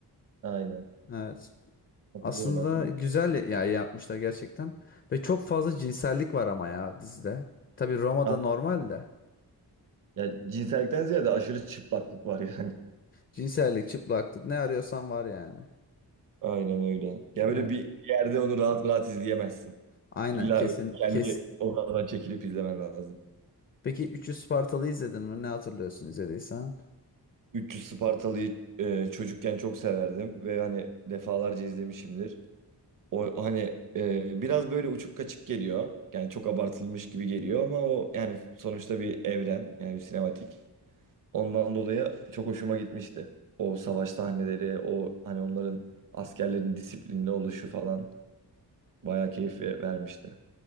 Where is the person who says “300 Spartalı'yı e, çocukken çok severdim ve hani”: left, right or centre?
Right